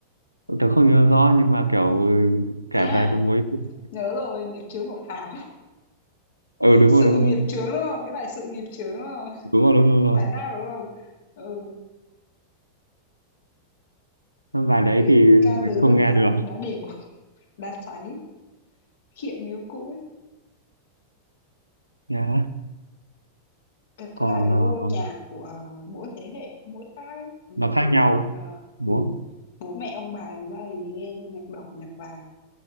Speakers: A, on the right; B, on the left.
A: tớ không nhớ rõ nhưng mà kiểu ừ, kể
B: À,
A: về cái mối tình
B: nhớ rồi, nghiệp chướng của Pháo.
A: ừ đúng
B: Sự
A: rồi đúng rồi
B: nghiệp chướng, đúng không? Cái bài "Sự nghiệp chướng" đúng không?
A: đúng rồi đúng rồi
B: Bài ra đúng không? Ừ,
A: Cái bài
B: bài đấy
A: đấy thì
B: ca
A: mình
B: từ
A: không
B: rất
A: nghe
B: là
A: được
B: đá đều đá sáy, khịa người cũ ấy.
A: Nhá.
B: Thật
A: còn
B: ra là cái
A: ờ,
B: gu âm nhạc của mỗi thế hệ, mỗi khác ấy, giống
A: nó
B: như
A: khác
B: từ
A: nhau
B: hồi mà
A: đúng
B: ừ,
A: không?
B: bố mẹ ông bà chúng ta thì nghe nhạc đỏ, nhạc vàng,